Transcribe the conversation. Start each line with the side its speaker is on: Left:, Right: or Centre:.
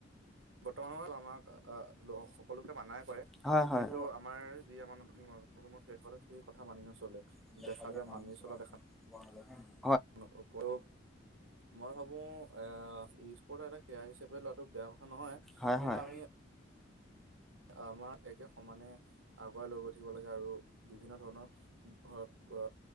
Right: বৰ্তমান <unintelligible> আমাক আ সকলোকে মানাই কৰে
Centre: হয় হয়
Right: কিন্তু আমাৰ যি আমাৰ নতুন প্ৰজন্মৰ সেইসকলে সেই কথা মানি নচলে।
Centre: <inaudible>
Right: দেখা যায় মানি চলা দেখা <inaudible> মই ভাবো এ স্পৰ্ট এটা কেয়াৰ হিচাপে লোৱাটো বেয়া কথা নহয়
Centre: হয়
Right: কিন্তু
Centre: হয়।
Right: আমি আমাৰ একে সমানে আগুৱাই লৈ গৈ থাকিব লাগে আৰু বিভিন্ন ধৰণৰ অ'